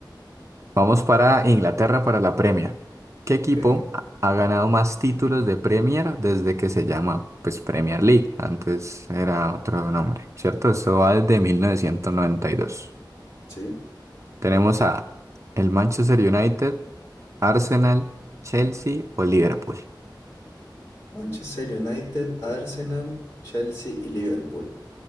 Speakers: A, on the right (about 40°); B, on the left (about 35°).
A: Vamos para Inglaterra para la Premier. ¿Qué equipo
B: ok.
A: ha ha ganado más títulos de Premier desde que se llama pues Premier League? Antes era otro nombre, ¿cierto? Eso va desde 1992.
B: Sí.
A: Tenemos a el Manchester United, Arsenal, Chelsea o Liverpool.
B: Manchester United, Arsenal, Chelsea y Liverpool.